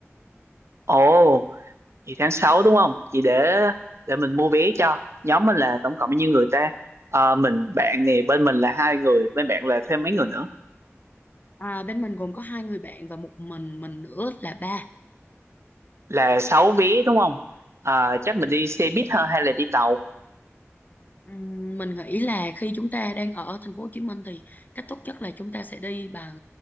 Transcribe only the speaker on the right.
ồ, vậy tháng sáu đúng không? Vậy để để mình mua vé cho. Nhóm mình là tổng cộng bao nhiêu người ta? Ờ, mình bạn nè, bên mình là hai người, bên bạn là thêm mấy người nữa.
Là 6 vé đúng không? Ờ, chắc mình đi xe buýt hơn hay là đi tàu?